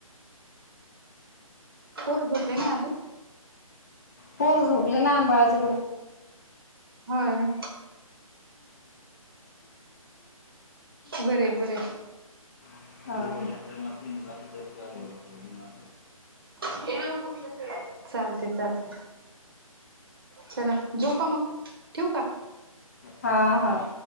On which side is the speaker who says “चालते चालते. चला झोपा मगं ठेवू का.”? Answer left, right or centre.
Right